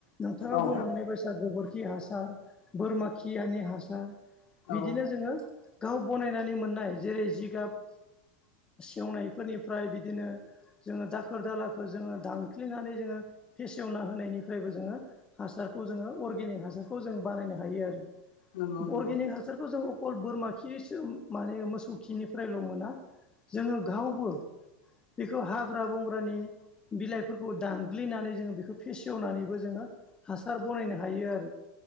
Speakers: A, on the left; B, on the left.
A: नोंथाङा
B: औ
A: बुंलांनाय बायसा गोबोरखि हासार बोरमा खियानि हासार बिदिनो
B: औ
A: जोङो गाव बनायनानै मोननाय जेरै जिगाब सेवनायफोरनिफ्राय बिदिनो जोङो दाखोर दालाखौ जोङो दानख्लिनानै जोङो फेसेवना होनायनिफ्रायबो जोङो हासारखौ जोङो अरगेनिक हासारखौ जों बानायनो हायो आरो
B: नंगौ नंगौ
A: अर्गेनिक हासारखौ जों अखल बोरमा खि सो माने मोसौ खिनिफ्रायल' मोना जोङो गावबो बेखौ हाग्रा बंग्रानि बिलाइफोरखौ दामग्लिनानै जोंङो बेखौ फेसेवनानैबो जोङो हासार बनायनो हायो आरो